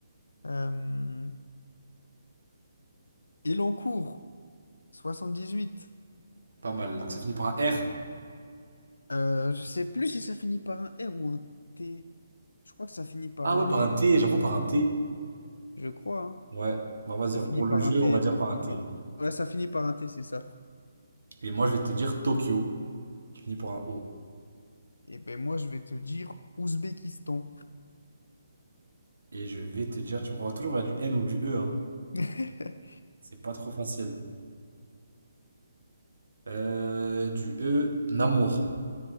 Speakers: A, on the left; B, on the right.
A: Euh... Elancourt, 78.
B: Pas mal. Donc ça finit par un R.
A: Euh, je sais plus si ça finit par un R ou un T. Je crois que ça finit par
B: Ah
A: un...
B: ouais, par un T, j'avoue, par un T.
A: Je crois, hein.
B: Ouais. Bah vas-y,
A: Ça finit
B: pour le
A: par
B: jeu,
A: un T,
B: on va dire
A: ça
B: par
A: finit
B: un T.
A: par un... Ouais, ça finit par un T, c'est ça.
B: Et moi, je vais te dire Tokyo. Qui finit par un O.
A: Et ben moi, je vais te dire Ouzbékistan.
B: Et je vais te dire, tu me renvoies toujours vers du N ou du E, hein.
A: <laughs>
B: C'est pas trop facile. Euh, du E, Namur.